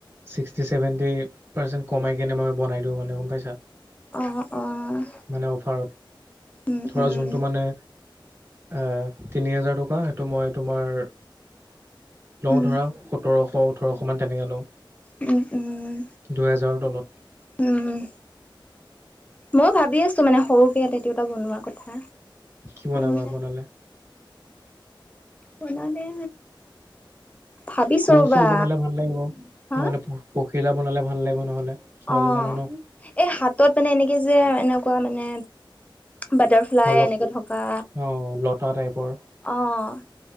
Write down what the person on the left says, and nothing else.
অ' অ'
উম,
উম,
উম,
উম, উম।
উম, ময়ো ভাবি আছো মানে সৰুকে টেটু এটা বনোৱা কথা।
মানে
বনালে ভাবিছো
ৰ'বা
হা
অ',
এই হাতত মানে এনেকে যে, এনেকুৱা মানে বাটাৰফ্লাই
এনেকে থকা।
অ'।